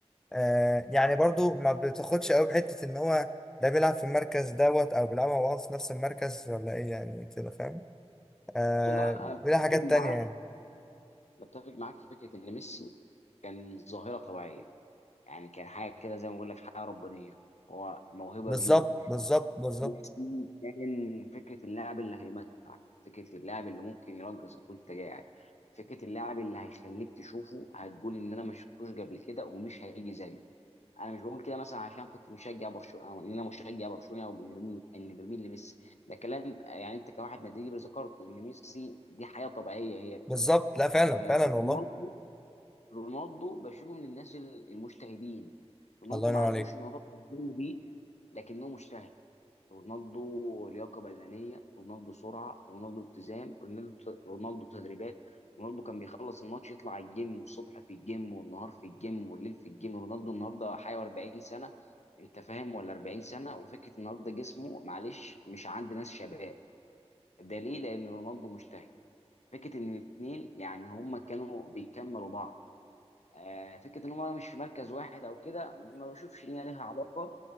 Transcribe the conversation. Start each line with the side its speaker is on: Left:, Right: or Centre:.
Centre: آه يعني برضو ما بتاخدش قوي بحته ان هو ده بيلعب في المركز دوت او بيلعبوا مع بعض في نفس المركز ولا ايه يعني كده فاهم آه
Left: بص، لا
Centre: بيلعب
Left: انا بتفق
Centre: حاجات تانية
Left: معاك
Centre: يعني
Left: بتفق معاك في فكره ان ميسي كان ظاهره طبيعيه يعني كان حاجه كده زي ما بقول لك حاجه ربانيه هو موهبه
Centre: بالظبط
Left: بيور
Centre: بالظبط بالظبط
Left: نفسي كان فكرة اللاعب اللي هيمتعك فكرة اللاعب اللي ممكن يرقصك وانت قاعد فكرة اللاعب اللي هيخليك تشوفه هتقول ان انا ما شفتوش قبل كده ومش هيجي زيه انا مش بقول كده مثلا عشان كنت مشجع برشلونة او ان انا مشجع برشلونة او ان إن برميل لميسي ده كلام يعني انت كواحد مدريدي ذكرته ان ميسي دي حياة طبيعية هي
Centre: بالظبط
Left: فيه
Centre: لا فعلا
Left: آه،
Centre: فعلا
Left: رونالدو
Centre: والله
Left: رونالدو بشوفه من الناس المجتهدين رونالدو
Centre: الله ينور
Left: ما عندوش
Centre: عليك
Left: الموهبة الفردية دي لكنه مجتهد رونالدو لياقه بدنيه رونالدو سرعه رونالدو التزام رونالدو رونالدو تدريبات رونالدو كان بيخلص الماتش يطلع على الجيم والصبح في الجيم والنهار في الجيم والليل في الجيم رونالدو النهارده حي 40 سنه انت فاهم ولا 40 سنه وفكره النهارده جسمه معلش مش عند ناس شباب ده ليه لان رونالدو مجتهد فكره ان الاثنين يعني هما كانوا بيكملوا بعض آه، فكره ان هم مش في مركز واحد او كده ما بشوفش ان هي ليها علاقه